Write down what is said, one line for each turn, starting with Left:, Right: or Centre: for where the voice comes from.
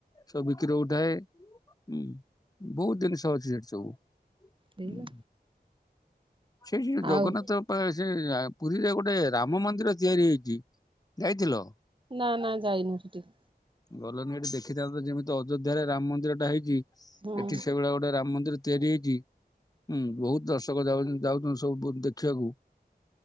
Left: ସବୁ ବିକ୍ରି ହୋଉଥାଏ। ହୁଁ ବହୁତ ଜିନିଷ ଅଛି ସେଠି ସବୁ ହଁ।
Right: ହେଇଗଲା
Left: ସେଠି ସେଇ ଜଗନ୍ନାଥ
Right: ଆଉ
Left: ପା ସେ ପୁରୀରେ ଗୋଟେ ରାମ ମନ୍ଦିର ତିଆରି ହେଇଚି ଯାଇଥିଲ।
Right: ନା ନା ଯାଇନୁ ସେଠିକ।
Left: ଗଲନି ଏଠି ଦେଖିଥାନ୍ତ ଯେମିତି ଅଯୋଧ୍ୟାରେ ରାମ ମନ୍ଦିର ଟା ହେଇଛି
Right: ହୁଁ
Left: ଏଠି ସେଇଭଳିଆ ଗୋଟେ ରାମ ମନ୍ଦିର ତିଆରି ହେଇଛି ହୁଁ ବହୁତ ଦର୍ଶକ ଯାଉ ଯାଉଛନ୍ତି ସବୁ ଦେଖିବାକୁ।